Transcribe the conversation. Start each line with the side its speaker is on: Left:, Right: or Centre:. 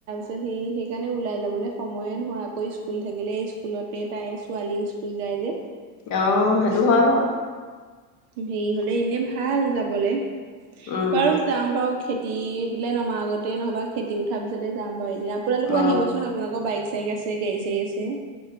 Right: <unintelligible> হেই সেইকাৰণে ওলাই যাবলৈ সময়ে নহয় আকৌ স্কুল থাকিলে স্কুলতে, তাই ছোৱালীও স্কুল যায় যে
Left: অ', সেইটো হয় বাৰু।
Right: হেৰি হলে এনে ভাল যাবলে,
Left: উম
Right: বাৰু যাম বাৰু খেতি বোলে নমা আগতে নহ'বা খেতি উঠাৰ পিছতে যাম বাৰু এদিন, আপোনালোকো
Left: অ
Right: আহিবচোন, আপোনালোকৰ বাইক চাইগ আছেই, গাড়ী চাড়ী আছেই।